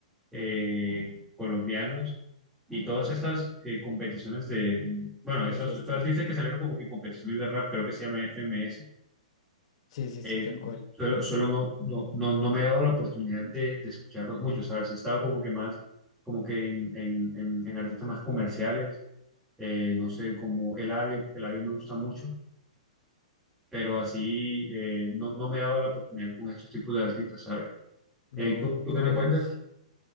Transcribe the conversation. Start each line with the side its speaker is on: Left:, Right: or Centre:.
Centre: eh, colombianos, y todas estas eh, competiciones de, bueno, estos,
Left: De freestyle.
Centre: estos artistas que salieron como que en competiciones de rap, creo que se llama FMS,
Left: Sí, sí,
Centre: eh,
Left: sí, tal cual.
Centre: suelo, suelo no, no, no, no me he dado la oportunidad de, de escucharlos mucho, ¿sabes? He estado como que más, como que en, en, en, en artistas más comerciales, eh, no sé, como Eladio, Eladio me gusta mucho pero así eh, no, no me daba la oportunidad con estos tipos de artistas, ¿sabes?
Left: No,
Centre: Eh, ¿tú, tú
Left: pues...
Centre: qué me cuentas?